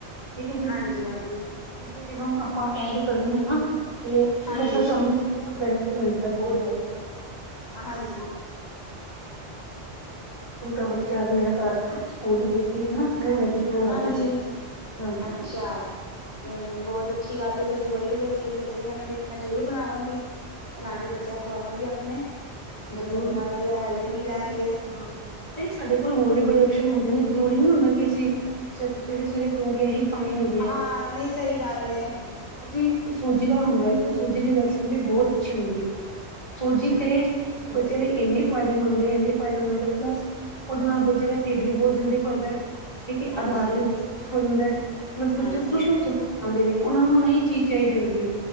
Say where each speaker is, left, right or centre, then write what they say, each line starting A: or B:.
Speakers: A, on the left; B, on the left.
A: ਠੀਕ ਹੈ ਜੀ।
B: ਹਾਂਜੀ ਹਾਂਜੀ
A: ਤੇ ਜੇ ਹੁਣ ਆਪਾਂ ਐਡ ਕਰੀ ਆ ਨਾ, ਤੇ ਉਹ
B: ਹਾਂਜੀ
A: ਫਿਰ ਸਾਨੂੰ ਪੂਰਾ ਬਲਿੰਡ <unintelligible> ਦਾ ਬਹੁਤ ਜ਼ਿਆਦਾ
B: ਹਾਂਜੀ
A: ਛੋਟਾ ਬੱਚਾ ਅੱਜ ਮੇਰਾ ਘਰ, ਸਕੂਲ 'ਚ ਛੁੱਟੀ ਹੈ ਨਾ। ਥੋੜਾ ਜਿਹਾ ਸ਼ੋਰ ਆ
B: ਹਾਂਜੀ,
A: ਰਿਹਾ ਸੀ ਹਾਂਜੀ
B: ਅੱਛਾ,
A: ਹਾਂਜੀ
B: ਨਹੀਂ-ਨਹੀਂ ਬਹੁਤ ਅੱਛੀ ਗੱਲ ਹੈ। ਤੁਸੀਂ ਬੜੀ ਵਧੀਆ ਚੀਜ਼ ਦੱਸੀ ਮੈਨੂੰ ਡਿਸ਼ ਮੈਂ ਜਰੂਰ ਬਣਾਵਾਂਗੀ, ਬਣਾ ਕੇ ਬੱਚਿਆਂ ਖੁਆਵਾਂਗੀ ਆਪਣੇ। ਬੱਚੇ
A: ਜ਼ਰੂਰ-ਜ਼ਰੂਰ,
B: ਆਪਣਾ ਵਧੀਆ ਹੈਲਥੀ
A: ਬਣਾਉ
B: ਵੀ ਰਹਿਣਗੇ
A: ਇਸ ਹਾਂ ਸਾਡੇ ਕੋਲ ਹੋਰ ਵੀ ਬੜੇ ਔਪਸ਼ਨ ਹੁੰਦੇ ਨੇ ਜ਼ਰੂਰੀ ਨਹੀਂ ਹੁੰਦਾ ਕਿ ਅਸੀਂ, ਸਵੇਰੇ-ਸਵੇਰੇ ਪਰੌਂਠੇ ਇਹੀ ਖਾਣੀ ਹੁੰਦੀ
B: ਹਾਂ
A: ਹੈ।
B: ਨਹੀਂ ਸਹੀ
A: ਅਸੀਂ
B: ਗੱਲ
A: <unintelligible>
B: ਏ
A: ਅਸੀਂ ਸੂਜੀ ਦਾ ਹੁੰਦਾ ਇੱਕ ਸੂਜੀ ਦੀ ਰੈਸਪੀ ਵੀ ਬਹੁਤ ਅੱਛੀ ਹੁੰਦੀ ਹੈ। ਸੂਜੀ
B: ਅੱਛਾ
A: ਤੇ ਬੱਚੇ ਲਈ ਇੰਨੇ ਫ਼ਾਇਦੇਮੰਦ ਏ ਇੰਨੀ ਫਾਇਦੇਮੰਦ ਏ ਪਲੱਸ ਉਹਦੇ ਨਾਲ ਬੱਚੇ ਦਾ ਢਿੱਡ ਵੀ ਬਹੁਤ ਜਲਦੀ ਭਰਦਾ, ਠੀਕ ਏ
B: ਹਾਂਜੀ
A: ਆਧਾਰ ਵੀ ਬਹੁਤ ਅੱਛਾ ਹੋ ਜਾਂਦਾ। ਪਲੱਸ ਬੱਚੇ
B: ਹਾਂਜੀ
A: ਖੁਸ਼ ਹੋ ਕੇ ਬਹੁਤ ਖਾਂਦੇ ਨੇ ਉਹ ਨੂੰ ਨਈ ਚੀਜ਼ ਚਾਹੀਦੀ ਹੁੰਦੀ।